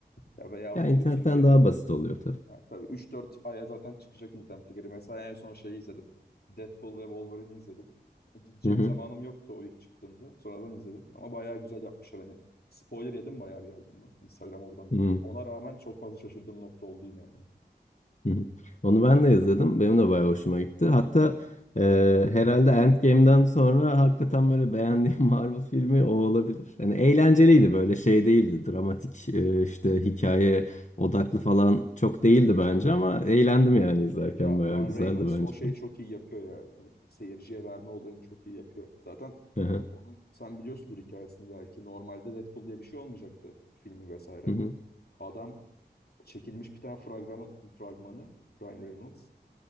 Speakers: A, on the left (about 65°); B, on the left (about 45°).
A: Ya veyahut
B: Ya internetten
A: diyorsun ki
B: daha basit oluyor tabii.
A: ha, tabii 3-4 aya zaten çıkacak internete geri. Mesela en son şeyi izledim. Deadpool ve Wolverine'i izledim. E, gideceğim
B: Hı hı.
A: zamanım yoktu o ilk çıktığında. Sonradan izledim. Ama bayağı güzel yapmışlar. Hani spoiler yedim bayağı bir yerden ben. Instagram oradan
B: Hı.
A: buradan. Ona rağmen çok fazla şaşırdığım nokta oldu yine yani.
B: Hı hı. Onu ben de izledim. Benim de bayağı hoşuma gitti. Hatta e, herhalde Endgame'den sonra hakikaten böyle beğendiğim <laughs> Marvel filmi o olabilir. Yani eğlenceliydi böyle şey değildi. Dramatik e, işte hikaye odaklı falan çok değildi bence ama eğlendim yani izlerken
A: Ya
B: bayağı
A: Ryan
B: güzeldi
A: Reynolds
B: bence.
A: o şeyi çok iyi yapıyor ya. Hani seyirciye verme olayını çok iyi yapıyor. Zaten
B: Hı hı.
A: onun sen biliyorsundur hikayesini belki. Normalde Deadpool diye bir şey olmayacaktı filmi vesaire.
B: Hı hı.
A: Adam çekilmiş bir tane fragmanı, fragmanı Ryan Reynolds